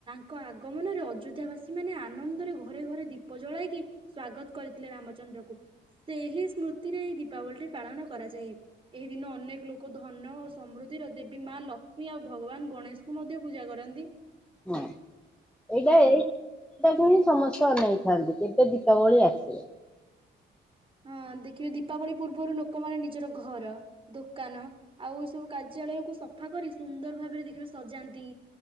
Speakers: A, on the right; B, in the centre.
A: ତାଙ୍କ ଆଗମନରେ ଅଯୋଧ୍ୟା ବାସୀ ମାନେ ଆନନ୍ଦରେ ଘରେ ଘରେ ଦୀପ ଜଳାଇ କି ସ୍ଵାଗତ କରିଥିଲେ ରାମଚନ୍ଦ୍ରକୁ। ସେହି ସ୍ମୃତିରେ ଏଇ ଦୀପାବଳି ଟି ପାଳନ କରାଯାଏ। ଏହି ଦିନ ଅନେକ ଲୋକ ଧନ ଓ ସମୃଦ୍ଧିର ଦେବୀ ମା ଲକ୍ଷ୍ମୀ ଆଉ ଭଗବାନ ଗଣେଶଙ୍କୁ ମଧ୍ୟ ପୂଜା କରନ୍ତି।
B: ହଁ ଏଇଟା
A: ହଁ।
B: ଏଇଟାକୁ ହିଁ ସମସ୍ତେ ଅନେଇଥାନ୍ତି କେବେ ଦୀପାବଳି ଆସି ହଁ!
A: ହଁ, ଦେଖିବେ ଦୀପାବଳି ପୂର୍ବରୁ ଲୋକମାନେ ନିଜର ଘର ଦୋକାନ ଆଉ ଏଇ ସବୁ କାର୍ଯ୍ୟାଳୟକୁୁ ସଫା କରି ସୁନ୍ଦର ଭାବରେ ଦେଖିବ ସଜାନ୍ତି।